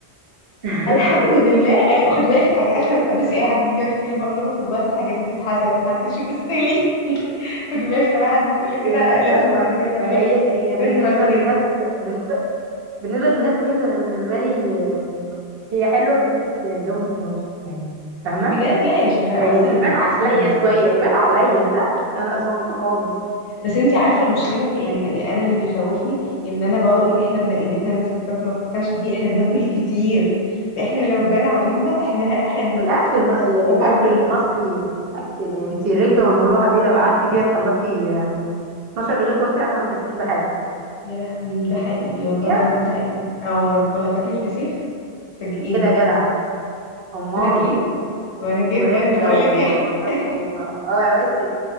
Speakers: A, on the right (about 65°); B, on the left (about 85°).
A: <laughs>
B: الحمد لله ايوه خدي بالك الحاجات <laughs> بصي اي حد بيجي يقعد يتكلم بقول لهم خدوا بالكم الحاجات دي بتتحسد محدش يبص لي <laughs> خدي بالك لو اي حد بيقول لك
A: يعني
B: كده لازم
A: لا ما,
B: ت- تعملي
A: ما هي هي بالنسبه
B: اري معزتين
A: للناس بالنسبه بالنسبه للناس ميزه انا بالنسبه لي هي حلوه بس يعني لو نص نص يعني فاهمه
B: بجد لا يا شيخه
A: يعني
B: احسن
A: يبان
B: احسن
A: عليا
B: من
A: شويه يبان عليا لا انا صمتوطه خالص
B: بس انتي عارفه المشكله في ايه
A: يعني
B: ان يعني انا اللي بيخوفني ان انا بقعد اقول احنا بنا يعني احنا الناس اللي بتاكل ما بتتخنش دي احنا بناكل كتير فاحنا لو بان علينا احنا ه- هنروح
A: الاكل الم...
B: اوفر
A: الاكل
B: ويت
A: المصري اكل يعني انت الرنجه والملوحه دي لو قعدتي فيها تخلصي 12 رغيف وانت قاعده ما تحسيش بحاجه
B: يا لهوي ده حقيقي والله
A: فيها
B: العظيم ده حقيقي او انا باكلها تاكلي الفسيخ فاجئيني
A: كده جدع امال
B: بتاكليه وانا جدا
A: ورنجه
B: بقول
A: وبطارخ
B: لك ايه <laughs>
A: و... اه يا وشك